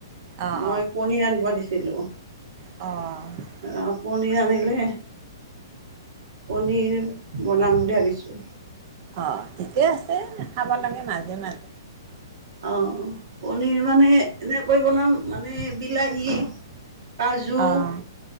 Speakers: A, on the right; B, on the right.
A: অ',
B: মই পনীৰ আনীব দিছিলোঁ।
A: অঁ।
B: অঁ, পনীৰ আনিলে পনীৰ বনাম বুলি ভাবিছোঁ!
A: অঁ, ঠিকে আছে। খাব লাগে মাজে মাজে।
B: অ'। পনীৰ মানে এনেকৈ বনাম, মানে বিলাহী। কাজু,
A: অ',